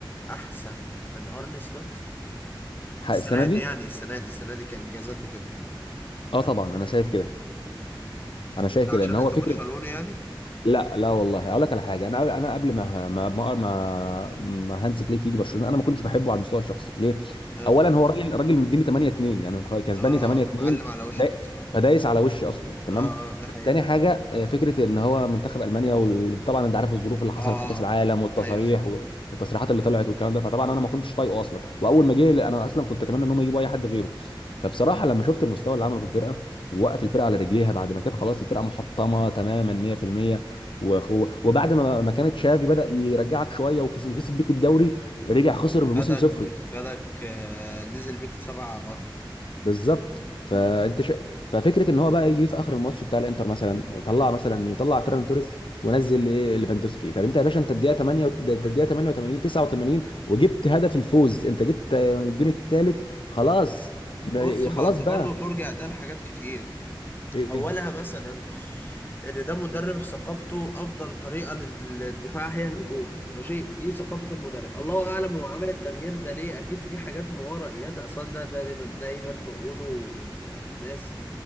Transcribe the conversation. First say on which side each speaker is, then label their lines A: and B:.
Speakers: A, on the left; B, on the left.
A: احسن من ارني سلوت
B: ح-
A: السنه
B: السنه دي
A: دي يعني السنه دي السنه دي كانجازات وكده
B: اه طبعا انا شايف كده انا شايف
A: لا
B: كده
A: عشان
B: ان هو
A: انت
B: فكره
A: برشلوني يعني
B: لا لا والله اقول لك على حاجه انا انا قبل ما ما ما ما, ما هانز فليك يجي برشلونه انا ما كنتش بحبه على المستوى الشخصي ليه
A: اه
B: اولا هو راجل راجل مديني 8 2 يعني هو كسباني
A: اه
B: 8 2
A: معلم على وشك
B: فدا-
A: بصراحه
B: فدايس على وشي اصلا تمام
A: اه اه ده حقيقه
B: تاني حاجه آه، فكره ان هو منتخب المانيا وطبعا انت عارف الظروف اللي حصلت
A: اه
B: في كاس العالم والتصاريح
A: ايوه ايوه
B: والتصريحات اللي طلعت والكلام ده فطبعا
A: اه
B: انا ما كنتش طايقه اصلا واول ما جه انا اصلا كنت اتمنى ان هم يجيبوا اي حد غيره فبصراحه لما شفت المستوى اللي عمله في الفرقه ووقف الفرقه على رجليها بعد ما كانت خلاص الفرقه محطمه تماما 100% وخو- وبعد ما ما كانت شافي بدأ يرجعك شويه وكسب وكسب بيك الدوري رجع خسر بموسم
A: خدك
B: صفري
A: خدك آه نزل بيك سبع ارض
B: بالظبط فانت
A: مم.
B: ش... ففكره ان هو بقى يجي في اخر الماتش بتاع الانتر مثلا طلع مثلا مين طلع فيران توريس ونزل ايه ليفاندوسكي طب انت يا باشا انت الدقيقه 8 وت- ده انت الدقيقه 88 89 وجبت هدف الفوز انت جبت آه، الجون الثالث خلاص ما-
A: بص ما
B: خلاص
A: انت
B: بقى
A: برضو ترجع ده لحاجات كتير
B: ايه
A: اولها مثلا ان ده مدرب ثقافته افضل طريقه لل- للدفاع هي الهجوم ماشي دي ثقافه المدرب الله اعلم هو عمل التغيير ده ليه اكيد في حاجات مورائيات اصلا ده ده دايما دايما بقوله لل- للناس